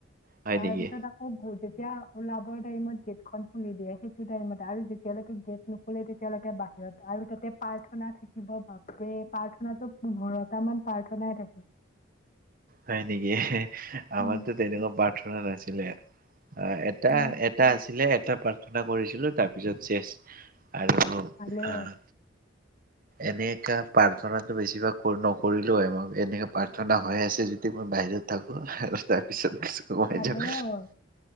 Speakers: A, on the right; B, on the left.
A: হয়
B: তাৰপিছত
A: নেকি
B: আকৌ বুজ। যেতিয়া ওলাবৰ টাইমত গেটখন খুলি দিয়ে সেইটো টাইমত আৰু যেতিয়ালৈকে গেট নোখোলে তেতিয়ালৈকে বাহিৰত আৰু তাতে প্ৰাৰ্থনা থাকিব বাফৰে প্ৰাৰ্থনাটো। পোন্ধৰটামান প্ৰাৰ্থনাই থাকে।
A: হয় নেকি। আমাৰটো
B: উম,
A: তেনেকুৱা প্ৰাৰ্থনা নাছিলে। অ, এটা
B: উম,
A: এটা আছে। ছিলে এটা প্ৰাৰ্থনা কৰিছিলো তাৰপিছত চেচ। আৰু
B: ভালে
A: আহ, এনেকা। প্ৰাৰ্থনাটো বেছিভাগ নকৰিলেও হয় মই এনেকে প্ৰাৰ্থনা হৈ আছে যে। মই বাহিৰত থাকো। আৰু তাৰপিছত কিছু সোমাই
B: ভালে
A: যাব
B: হয়